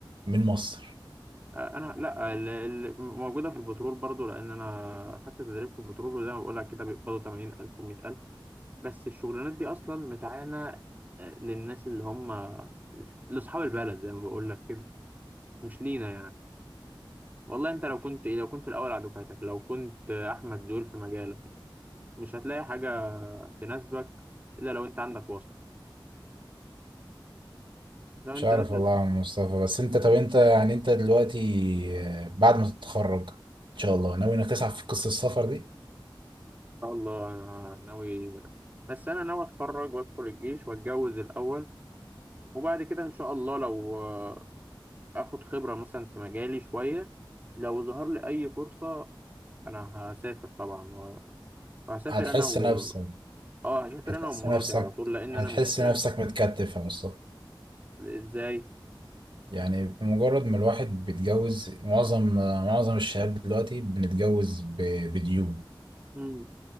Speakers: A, on the right; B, on the right.
A: من مصر
B: آه، انا لا ال- ال- موجوده في البترول برضو لان انا خدت تدريب في البترول وزي ما بقول لك كده بيقبضوا 80000 و100000 ألف. بس الشغلانات دي اصلا متعانه آه، للناس اللي هم لاصحاب البلد زي ما بقول لك كده مش لينا يعني. والله انت لو كنت ايه لو كنت الاول على دفعتك لو كنت احمد زويل في مجالك مش هتلاقي حاجه تناسبك الا لو انت عندك واسطه لو
A: مش
B: انت
A: عارف
B: مثلا
A: والله
B: ان
A: يا عم مصطفى بس انت طب انت يعني انت دلوقتي آه، بعد ما تتخرج ان شاء الله ناوي انك تسعى في قصه السفر دي
B: شاء الله انا ناوي بس انا ناوي اتخرج وادخل الجيش واتجوز الاول وبعد كده ان شاء الله لو آه، اخد خبره مثلا في مجالي شويه لو ظهر لي اي فرصه انا هسافر طبعا و- وهسافر
A: هتحس
B: انا و
A: نفسك
B: اه هسافر
A: هتحس
B: انا ومراتي
A: نفسك
B: على طول لان
A: هتحس
B: انا مش
A: نفسك متكتف يا مصطفى
B: ازاي
A: يعني بمجرد ما الواحد بيتجوز معظم معظم الشباب دلوقتي بنتجوز ب- بديون
B: مم.